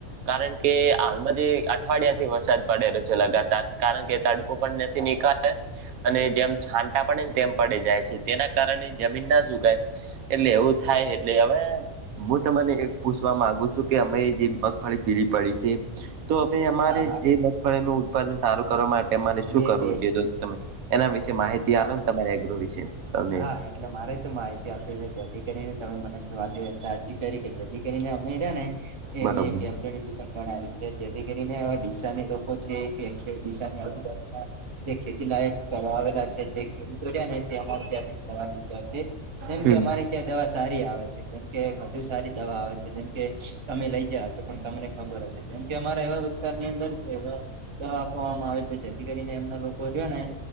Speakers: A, on the right; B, on the right.
A: કારણ કે હાલમાં જે અઠવાડિયાથી વરસાદ પડેલો છે લઞાતાર. કારણ કે ત
B: હા
A: <unintelligible> <inaudible> નીકા અને જેમ છાંટા પડેને, તેમ પડે જાય છે. તેના કારણે જમીન ના સુકાય. એટલે એવું થાય. એટલે હવે હું તમને એમ પૂછવા માંગુ છું કે, અમે જે મગફળી પીળી પડી છે. તો હવે, અમારે
B: હા હા
A: જે મગફળીનું ઉત્પાદન સારું કરવા માટે અમારે શું
B: બે
A: કરવું
B: બે
A: જોઈએ, <inaudible> તમે એના વિશે માહિતી
B: હા
A: આલોને,
B: હા
A: તમે તમારા એગ્રો વિશે અને
B: હા, એટલે મારે તો માહિતી આપી છે. જેથી કરી ને, તમે મને <inaudible> સાચી કરી કે જેથી કરીને અમે છે ને, <inaudible>
A: બરોબર
B: <inaudible> છે જેથી કરીને હવે ડીસાની લોકો છે <inaudible> જે ખેતી લાયક સ્થળો આવેલા છે. જે ખેડૂતો રહ્યાને, તે એમા દવા લઈ <inaudible> છે. જેમ
A: હમ
B: કે અમારી ત્યાં દવા સારી આવે છે. જેમકે વધુ સારી દવા આવે છે, જેમકે તમે લઈ જયા હશો પણ તમને ખબર હશે. જેમ કે અમારા એવા વિસ્તારની અંદર દવા આપવામાં આવે છે. જેથી કરીને, એમના લોકો રહયાને